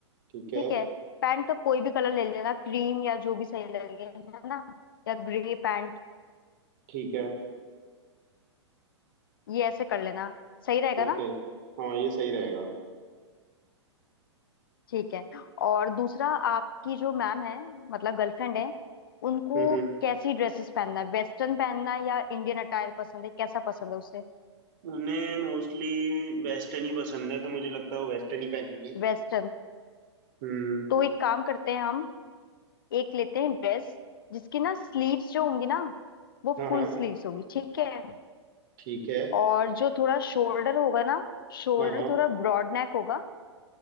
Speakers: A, on the right; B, on the left.
A: ठीक है
B: ठीक है पैंट का कोई भी कलर ले लेना क्रीम या जो भी सही लगे है ना या ग्रे पैंट
A: ठीक है
B: ये ऐसे कर लेना सही रहेगा
A: ओके
B: ना
A: हाँ ये सही रहेगा
B: ठीक है और दूसरा आपकी जो मैम है मतलब गर्लफ्रेंड है उनको
A: हम्म हम्म
B: कैसी ड्रेसेस पहनना है वेस्टर्न पहनना है या इंडियन अटायर पसंद है कैसा पसंद है उसे
A: उन्हें मोस्टली वेस्टर्न ही पसंद है तो मुझे लगता है वो वेस्टर्न ही पहनेंगी
B: वेस्टर्न
A: हम्म
B: तो एक काम करते हैं हम एक लेते हैं ड्रेस जिसकी ना स्लीव्स जो होंगी ना वो
A: हाँ
B: फुल
A: हाँ
B: स्लीव्स होगी ठीक है
A: ठीक है
B: और जो थोड़ा शोल्डर होगा ना शोल्डर
A: हाँ हाँ
B: थोड़ा ब्रॉड नेक होगा